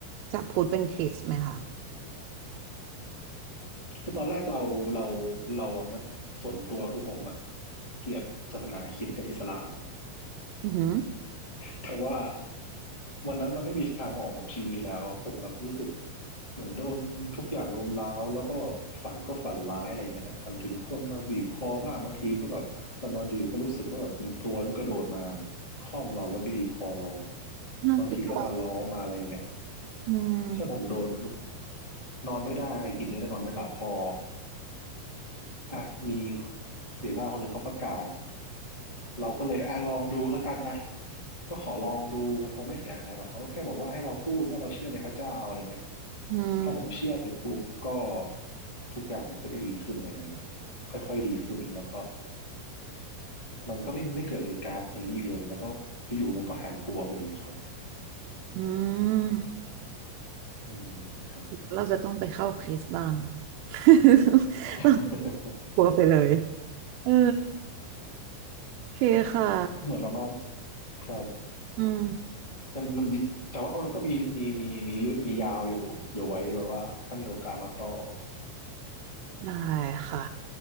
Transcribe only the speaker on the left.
คือตอนแรกเราเราเราอะไม่ส่วนตัวคือผมอะเกลียดศาสนาคริสต์กับอิสลามครับ
แต่ว่าวันนั้นมันไม่มีทางออกของชีวิตแล้วอะผมแบบรู้สึกเหมือนโดนทุกอย่างรุมเร้าแล้วก็ฝันก็ฝันร้ายอะไรเงี้ยฝันถึงคนมาบีบคอบ้างบางทีก็แบบเอนนอนอยู่ก็รู้สึกว่าแบบมีตัวมันกระโดดมาคล่อมเราแล้วบีบคอเรา
บางทีก็บาร้องมาอะไรเงี้ย
ใช่ผมโดนนอนไม่ได้กินไม่ได้นอนไม่หลับพออ่ะมีเสียงข้างคนหนึ่งเขาประกาศ เราก็เลยอ่ะลองดูแล้วกันอ่ะก็ขอลองดูมันคงไม่เสียหายหรอกเขาก็แค่บอกว่าให้เราพูดว่าเราเชื่อในพระเจ้าอะไรเงี้ย
พอผมเชื่อเสร็จปุ๊บก็ทุกอย่างมันก็ดีขึ้นอะไรเงี้ยครับค่อยๆดีขึ้นแล้วก็มันก็ไม่ไม่เกิดเหตุการณ์อย่างนี้อีกเลยแล้วก็อยู่ๆมันก็หายกลัวไปเลยครับ
อืมครับ
<laughs>
เหมือนประมาณครับ
มันมันแต่ว่ามันก็มีมีมีมีเรื่องมียาวอยู่เดี๋ยวไว้แบบว่าถ้ามีโอกาสมาต่อ